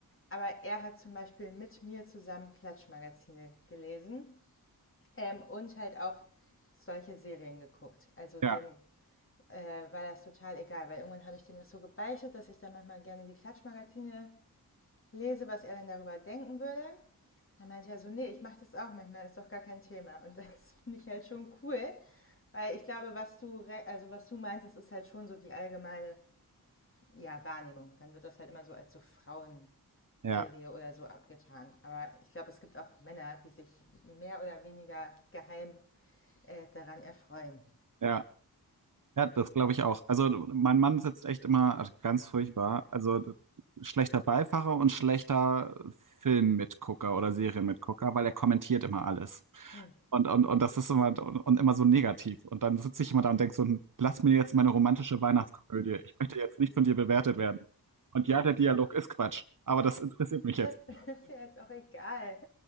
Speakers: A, on the left (about 35°); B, on the right (about 55°).
A: Aber er hat zum Beispiel mit mir zusammen Klatschmagazine gelesen ähm, und halt auch solche Serien geguckt. Also
B: Ja,
A: dem äh, war das total egal, weil irgendwann habe ich dem das so gebeichtet, dass ich dann manchmal gerne die Klatschmagazine lese, was er dann darüber denken würde. Dann meinte er so, nee, ich mache das auch manchmal, ist doch gar kein Thema. Und das <laughs> finde ich halt schon cool, weil ich glaube, was du, also was du meinst, ist, ist halt schon so die allgemeine ja, Wahrnehmung. Dann wird das halt immer so als so Frauenserie
B: ja,
A: oder so abgetan. Aber ich glaube, es gibt auch Männer, die sich mehr oder weniger geheim äh, daran erfreuen.
B: ja. Ja, das glaube ich auch. Also mein Mann sitzt echt immer ganz furchtbar. Also d- schlechter Beifahrer und schlechter Filmmitgucker oder Serienmitgucker, weil er kommentiert immer alles.
A: Hm.
B: Und, und, und das ist immer und, und immer so negativ. Und dann sitze ich immer da und denke so, "Hm, lass mir jetzt meine romantische Weihnachtskomödie. Ich möchte jetzt nicht von dir bewertet werden. Und ja, der Dialog ist Quatsch, aber das interessiert mich
A: Das
B: jetzt.
A: <laughs> ist ja jetzt auch egal.